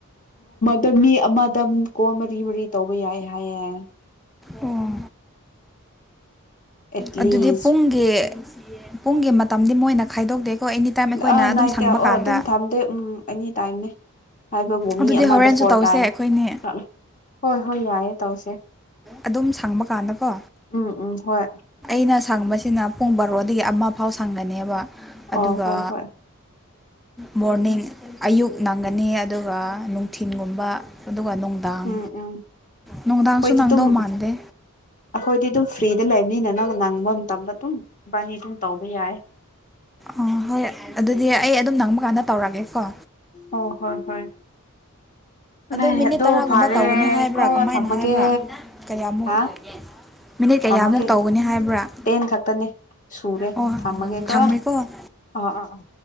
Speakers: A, on the left; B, in the centre.
A: ꯗ ꯃꯤ ꯑꯃꯗ ꯀꯣ ꯃꯔꯤ ꯃꯔꯤ ꯇꯧꯕ ꯌꯥꯏ ꯍꯥꯏꯌꯦꯦ
B: ꯑꯣ
A: ꯑꯦꯠꯂꯤꯁ
B: ꯑꯗꯨꯗꯤ ꯄꯨꯡꯒꯤ ꯄꯨꯡꯒꯤ ꯃꯇꯝꯗꯤ ꯃꯣꯏꯅ ꯈꯥꯏꯗꯣꯛꯇꯦꯀꯣ ꯑꯦꯅꯤꯇꯥꯏꯝ ꯑꯩꯈꯣꯏꯅ
A: ꯑꯥ
B: ꯑꯗꯨꯝ
A: ꯅꯥꯏꯠꯇ
B: ꯁꯪꯕ
A: ꯑꯣ
B: ꯀꯥꯟꯗ
A: ꯑꯗꯨꯝ ꯊꯝꯗꯦ ꯎꯝ ꯑꯦꯅꯤ ꯇꯥꯏꯝꯅꯦ ꯍꯥꯏꯕꯕꯨ ꯃꯤ
B: ꯑꯗꯨꯗꯤ
A: ꯑꯃꯗ
B: ꯍꯣꯔꯦꯟꯁꯨ
A: ꯐꯣꯔ
B: ꯇꯧꯁꯦ
A: ꯇꯥꯏꯝꯠꯂ
B: ꯑꯩꯈꯣꯏꯅꯤ
A: ꯍꯣꯏ ꯍꯣꯏ ꯌꯥꯏꯌꯦ ꯇꯧꯁꯦ
B: ꯑꯗꯨꯝ ꯁꯪꯕ ꯀꯥꯟꯗꯀꯣ
A: ꯎꯝ ꯎꯝ ꯍꯣꯏ
B: ꯑꯩꯅ ꯁꯪꯕꯁꯤꯅ ꯄꯨꯡ ꯕꯥꯔꯣꯗꯒꯤ ꯑꯃ ꯐꯥꯎ ꯁꯪꯒꯅꯦꯕ ꯑꯗꯨꯒ
A: ꯑꯣ ꯍꯣꯏ ꯍꯣꯏ
B: ꯃꯣꯔꯅꯤꯡ ꯑꯌꯨꯛ ꯅꯪꯒꯅꯤ ꯑꯗꯨꯒ ꯅꯨꯡꯊꯤꯤꯟꯒꯨꯝꯕ ꯑꯗꯨꯒ ꯅꯨꯡꯗꯥꯡ
A: ꯎꯝ ꯎꯝ
B: ꯅꯨꯡꯗꯥꯡꯁꯨ
A: ꯑꯩꯈꯣꯏꯗꯤ
B: ꯅꯥꯡꯗꯧ
A: ꯑꯗꯨꯝ
B: ꯃꯥꯟꯗꯦ
A: ꯑꯩꯈꯣꯏꯗꯤ ꯑꯗꯨꯝ ꯐ꯭ꯔꯤꯗ ꯂꯩꯕꯅꯤꯅ ꯅꯪ ꯅꯪꯕ ꯃꯇꯝꯗ ꯑꯗꯨꯝ ꯕꯥꯅꯤ ꯑꯗꯨꯝ ꯇꯧꯕ ꯌꯥꯏ
B: ꯑ ꯍꯣꯏ ꯑꯗꯨꯗꯤ ꯑꯩ ꯑꯗꯨꯝ ꯅꯪꯕ ꯀꯥꯟꯗ ꯇꯧꯔꯒꯦ ꯀ
A: ꯑꯣ ꯍꯣꯏ ꯍꯣꯏ ꯂꯩ
B: ꯃꯤꯅꯤꯠ
A: ꯑꯗꯣ
B: ꯇꯔꯥꯒꯨꯝꯕ
A: ꯐꯔꯦ
B: ꯇꯧꯒꯅꯤ ꯍꯥꯏꯕ꯭ꯔꯥ
A: ꯀꯣ
B: ꯀꯃꯥꯏꯅ
A: ꯊꯝꯃꯒꯦ
B: ꯍꯥꯏꯕ꯭ꯔꯥ ꯀꯌꯥꯃꯨꯛ
A: ꯍꯥ
B: ꯃꯤꯅꯤꯠ ꯀꯌꯥꯃꯨꯛ
A: ꯊꯝꯃꯒꯦ
B: ꯇꯧꯒꯅꯤ ꯍꯥꯏꯕ꯭ꯔꯥ
A: ꯇꯦꯟ ꯈꯛꯇꯅꯦ ꯁꯨꯔꯦ
B: ꯑꯣ
A: ꯊꯝꯃꯒꯦꯀꯣ
B: ꯊꯝꯃꯦꯀꯣ
A: ꯑꯥ ꯑꯥ ꯑꯥ